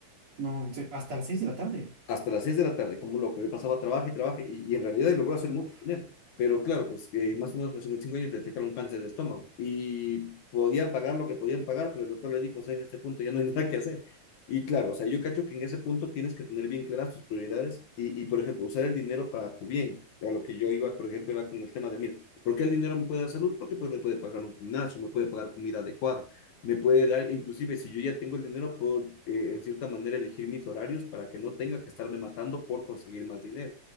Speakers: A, on the right; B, on the left.
A: No, en serio, hasta las seis de la tarde.
B: hasta las 6 de la tarde, como un loco. Yo pasaba, trabaje, trabaje, y, y en realidad logró hacer
A: Uf.
B: mucho dinero. Pero claro, pues eh, más o menos a los 55 años detectaron cáncer de estómago y podían pagar lo que podían pagar, pero el doctor le dijo, o sea, en este punto ya no hay <laughs> nada que hacer. Y claro, o sea, yo cacho que en ese punto tienes que tener bien claras tus prioridades y, y, por ejemplo, usar el dinero para tu bien. A lo que yo iba, por ejemplo, era con el tema de, mira, ¿por qué el dinero me puede dar salud? Porque pues me puede pagar un gimnasio, me puede pagar comida adecuada me puede dar, inclusive si yo ya tengo el dinero, puedo eh, en cierta manera elegir mis horarios para que no tenga que estarme matando por conseguir más dinero.